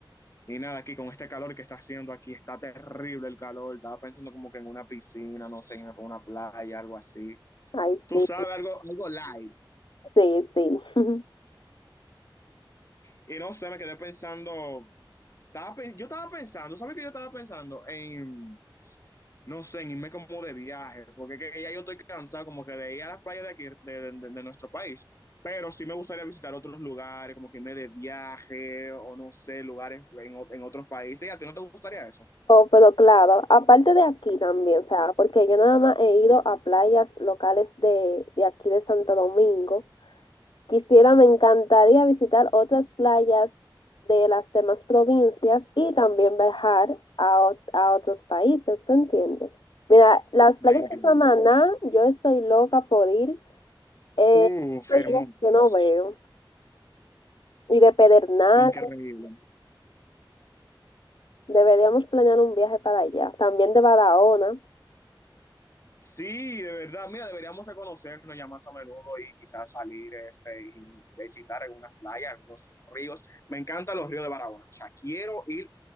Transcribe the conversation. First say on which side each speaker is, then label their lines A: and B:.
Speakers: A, on the left; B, on the left.
A: Y nada, aquí con este calor que está haciendo aquí, está terrible el calor. Estaba pensando como que en una piscina, no sé, en una playa, algo así.
B: Ay,
A: Tú
B: sí,
A: sabes, algo, algo light.
B: sí, sí. <laughs>
A: Y no sé, me quedé pensando, estaba, pe- yo estaba pensando, ¿sabes qué yo estaba pensando? En no sé, en irme como de viaje, porque que ya yo estoy cansado como que de ir a las playas de aquí, de, de- de nuestro país, pero sí me gustaría visitar otros lugares, como que irme de viaje o no sé, lugares en, en otros países. ¿Y a ti no te gustaría eso?
B: Oh, pero claro, aparte de aquí también, o sea, porque yo nada más he ido a playas locales de, de aquí de Santo Domingo. Quisiera, me encantaría visitar otras playas de las demás provincias y también viajar a, ot- a otros países, ¿tú entiendes? Mira, las
A: Me
B: playas
A: encanta.
B: de Samaná, yo estoy loca por ir, eh,
A: Uf,
B: playas
A: hermosas,
B: que no veo, y de Pedernal,
A: increíble.
B: deberíamos planear un viaje para allá, también de Barahona.
A: Sí, de verdad, mira, deberíamos de conocernos ya más a menudo y quizás salir este, y visitar algunas playas, algunos ríos. Me encantan los ríos de Barahona. O sea, quiero ir